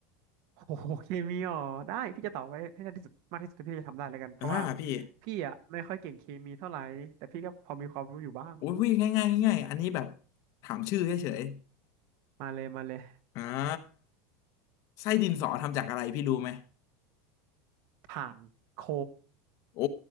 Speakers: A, on the right; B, on the left.
A: โอ้โหเคมีอ๋อได้พี่จะตอบไว้ให้ได้ที่สุดมากที่สุดที่พี่จะทำได้แล้วกันเพราะว่า
B: อ่าพี่
A: พี่อ่ะไม่ค่อยเก่งเคมีเท่าไหร่แต่พี่ก็พอมีความรู้อยู่บ้าง
B: โอ้ยพี่ง่ายง่ายง่ายๆอันนี้แบบถามชื่อเฉย
A: มาเลยมาเลย
B: ๆอ่าไส้ดินสอทำจากอะไรพี่รู้ไหม
A: ถ่านโค
B: โอ้